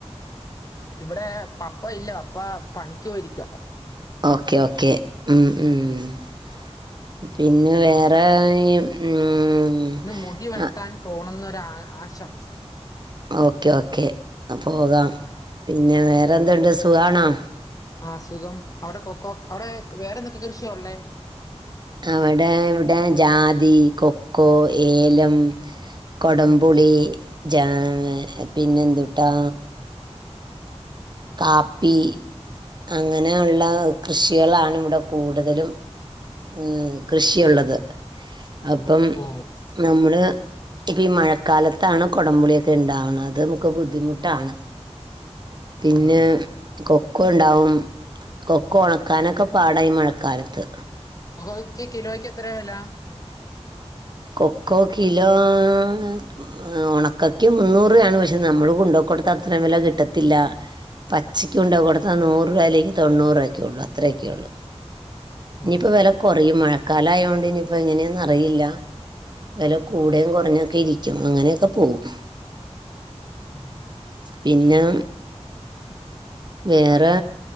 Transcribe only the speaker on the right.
ഓക്കേ ഓക്കേ ഉം ഉംപിന്നെ
വേറെയും
ഉം.
ആ,
ഓക്കേ ഓക്കേ ആഹ് പോകാം
പിന്നെ വേറെന്തുണ്ട് സുഖണോ?
അവിടെ ഇവിടെ ജാതി കൊക്കോ ഏലം. കൊടംപുളി,
ജാ പിന്നെന്തുട്ടാ കാപ്പി അങ്ങനെ ഒള്ള കൃഷികളണ് ഇവിടെ കൂടുതലും ഏഹ് കൃഷി ഉള്ളത് അപ്പം
നമ്മള് ഇപ്പ ഈ മഴക്കാലത്താണ് കോടംപുളിയൊക്കെ ഇണ്ടാവണ അത് നമുക്ക് ബുദ്ധിമുട്ടാണ് പിന്നെ
കൊക്കൊ ഇണ്ടാവും കൊക്കൊ ഒണക്കാനൊക്കെ പാടാ ഈ മഴക്കാലത്ത്
കൊക്കോ കിലോ ആഹ് ആഹ് ഒണക്കക്ക് മുന്നൂറ്പയാണ് പക്ഷെ നമ്മള് കൊണ്ടുകൊടുത്ത അത്രയും വില കിട്ടത്തില്ല പച്ചക്ക് കൊണ്ട് കൊടുത്താ നൂറ് രൂപ അല്ലെങ്കി തൊണ്ണൂറ് രൂപ ഒക്കെ ഉള്ളു അത്രയൊക്കെ ഉള്ളു ഇനിയിപ്പോ
വില കുറയും മഴക്കാല ആയൊണ്ട് ഇനിയിപ്പോ എങ്ങനെന്ന് അറിയില്ല വില കൂടെ കുറഞ്ഞൊക്കെ ഇരിക്കും അങ്ങനെഓക്കെ പോകും
പിന്നാ
വേറാ